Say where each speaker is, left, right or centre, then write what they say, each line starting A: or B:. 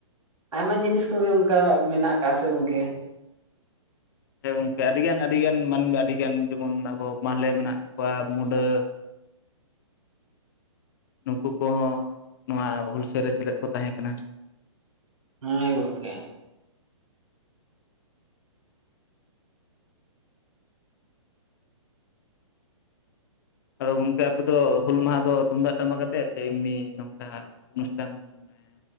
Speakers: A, on the right (about 85°); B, on the left (about 40°).
A: ᱟᱭᱢᱟ ᱡᱤᱱᱤᱥ ᱠᱚᱜᱮ ᱚᱱᱠᱟ ᱢᱮᱱᱟᱜ ᱟᱠᱟᱜᱟ ᱥᱮ ᱜᱚᱝᱠᱮ?
B: ᱦᱮᱸ ᱜᱚᱝᱠᱮ ᱟᱹᱰᱤ ᱜᱟᱱ ᱟᱹᱰᱤ ᱜᱟᱱ ᱢᱟᱹᱱᱢᱤ ᱟᱹᱰᱤ ᱜᱟᱱ ᱜᱮ ᱵᱚᱱ ᱟᱵᱚ ᱢᱟᱦᱞᱮ ᱢᱮᱱᱟᱜ ᱠᱚᱣᱟ ᱢᱩᱸᱰᱟᱹ ᱱᱩᱠᱩ ᱠᱚᱦᱚᱸ ᱱᱚᱣᱟ ᱦᱩᱞ ᱥᱟᱹᱭ ᱨᱮ ᱥᱮᱞᱮᱫ ᱠᱚ ᱛᱟᱦᱮᱸ ᱠᱟᱱᱟ᱾
A: ᱦᱮᱸ ᱜᱚᱝᱠᱮ᱾
B: ᱟᱫᱚ ᱜᱚᱝᱠᱮ ᱟᱯᱮ ᱫᱚ ᱦᱩᱹᱞ ᱢᱟᱦᱟ ᱫᱚ ᱛᱩᱢᱫᱟᱜ ᱴᱟᱢᱟᱠ ᱟᱛᱮᱫ ᱥᱮ ᱮᱢᱱᱤ ᱱᱚᱝᱠᱟ ᱚᱱᱩᱥᱴᱷᱟᱱ <unintelligible>